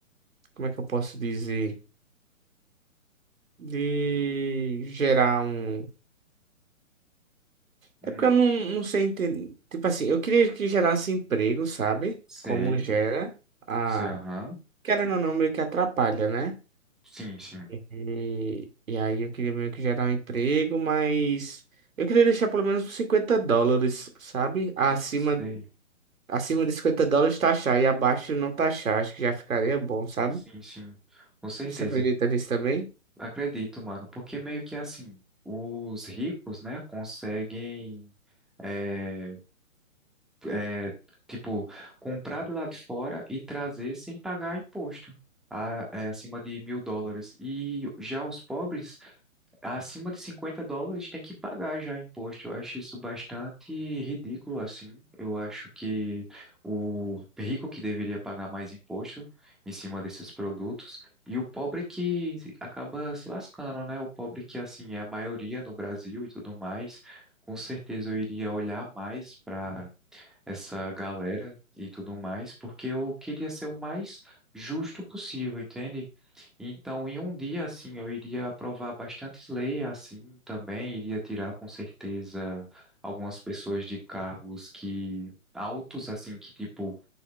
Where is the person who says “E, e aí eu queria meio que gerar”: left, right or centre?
Right